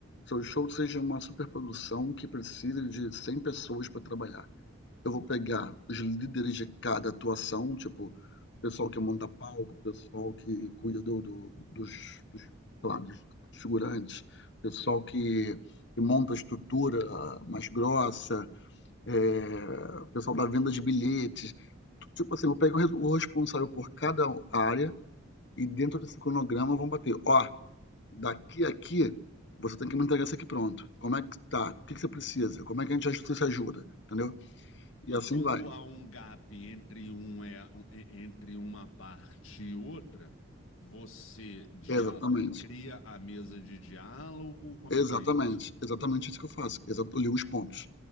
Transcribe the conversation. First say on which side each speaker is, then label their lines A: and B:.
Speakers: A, on the left; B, on the left.
A: seu show seja uma superprodução que precisa de 100 pessoas para trabalhar. Eu vou pegar os líderes de cada atuação, tipo, o pessoal que monta palco, o pessoal que cuida do, do- dos, dos, sei lá, dos figurantes, o pessoal que, que monta a estrutura mais grossa, é, o pessoal da venda de bilhetes. Tipo assim, eu pego o responsável por cada área e dentro desse cronograma vão bater. Ó, daqui a aqui, você tem que me entregar isso aqui pronto. Como é que tá? O que que você precisa? Como é que a gente aj- você se ajuda? Entendeu?
B: E
A: E assim
B: quando
A: vai.
B: há um gap entre, um, é, entre uma parte e outra, você dia-
A: Exatamente.
B: cria a mesa de diálogo, como
A: Exatamente.
B: é que é isso?
A: Exatamente isso que eu faço. Exa- Eu ligo os pontos,